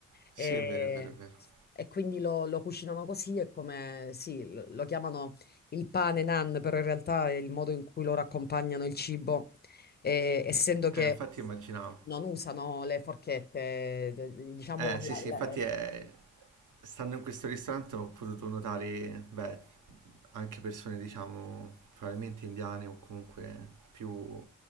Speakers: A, on the right; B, on the left.
A: sì,
B: E...
A: è vero, è vero, è vero.
B: E quindi lo, lo cucinano così, è come, sì, lo lo chiamano il pane nan, però in realtà è il modo in cui loro accompagnano il cibo eh, essendo che
A: Eh, infatti immaginavo.
B: non usano le forchette, eh, diciamo,
A: Eh, sì,
B: la-
A: sì,
B: la-
A: infatti è... stando in questo ristorante ho potuto notare, beh, anche persone, diciamo, probabilmente indiane o comunque più